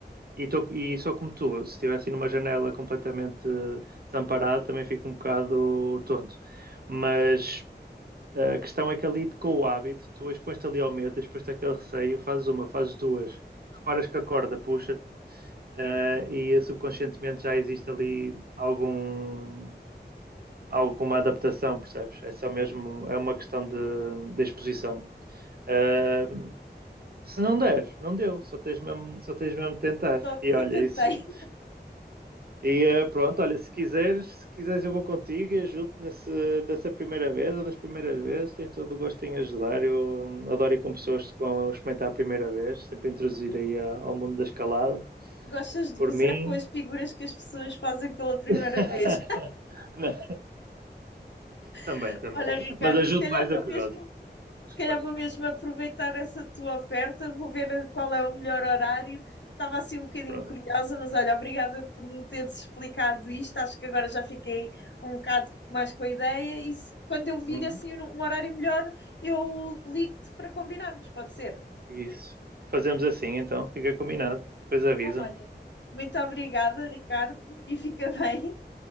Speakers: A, on the right; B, on the left.
A: E, tô, e sou como tu, se estivesse numa janela completamente eh, desamparado, também fico um bocado tonto. Mas eh, a questão é que ali com o hábito, tu expões-te ali ao medo, expões-te àquele receio, fazes uma, fazes duas, reparas que a corda puxa, eh, e subconscientemente já existe ali algum, alguma adaptação, percebes? É só mesmo, é uma questão de, de exposição. Eh,
B: Ok,
A: se não der, não deu, só tens mesmo, só tens mesmo de tentar.
B: só,
A: E
B: só
A: olha,
B: tentei.
A: isso, E eh, pronto, olha, se quiseres, se quiseres eu vou contigo e ajudo-te nesse, dessa primeira vez ou das primeiras vezes, tenho todo o gosto em ajudar. Eu adoro ir com pessoas que vão experimentar a primeira vez, sempre introduzir aí a- ao mundo da escalada.
B: <laughs> Gostas de
A: Por
B: gozar
A: mim,
B: com as figuras que as pessoas fazem pela primeira
A: <laughs>
B: vez?
A: Não, também,
B: <laughs>
A: também.
B: Olha, Ricardo,
A: Mas ajudo
B: se calhar
A: mais do
B: vou
A: que
B: mesmo,
A: gosto.
B: se
A: Mas
B: calhar
A: Pronto,
B: vou mesmo aproveitar essa tua oferta, vou ver qual é o melhor horário. Estava assim um bocadinho
A: pronto.
B: curiosa, mas olha, obrigada por me teres explicado isto. Acho que agora já fiquei um bocado mais com a ideia. E se- quando eu vir
A: Uhum.
B: assim um um horário melhor, eu ligo-te para combinarmos, pode ser?
A: Isso. Fazemos assim então, fica combinado. Depois avisa-me.
B: Então, olha, muito obrigada, Ricardo, e fica <laughs> bem.